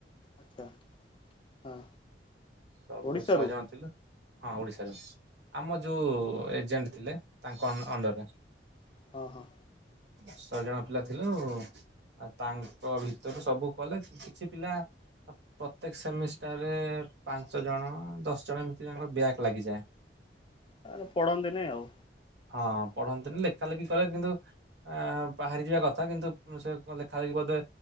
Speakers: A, on the left; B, on the right.
A: ଆଚ୍ଛା, ହଁ।
B: ସବୁ
A: ଓଡ଼ିଶାରୁ
B: ଶହେ ଜଣ ଥିଲୁ, ହଁ ଓଡ଼ିଶାରୁ। ଆମ ଯୋଉ ଏଜେଣ୍ଟ ଥିଲେ ତାଙ୍କ ଅନ ଅଣ୍ଡରରେ।
A: ହଁ ହଁ।
B: ଶହେ ଜଣ ପିଲା ଥିଲୁ ଆଉ ତାଙ୍କ ଭିତରୁ ସବୁ କଲେ କିଛି ପିଲା ଅ ପ୍ରତ୍ୟେକ ସେମିଷ୍ଟାରରେ ପାଞ୍ଚ ଜଣ ଦଶ ଜଣ ଏମତି ତାଙ୍କର ବ୍ୟାକ୍ ଲାଗିଯାଏ।
A: ତାହାଲେ ପଢନ୍ତି ନାଇଁ ଆଉ।
B: ହଁ ପଢନ୍ତିନି ଲେଖା ଲେଖି କଲେ କିନ୍ତୁ ଆ ବାହାରିଯିବା କଥା କିନ୍ତୁ ସେ ଲେଖା ଲେଖି ବୋଧେ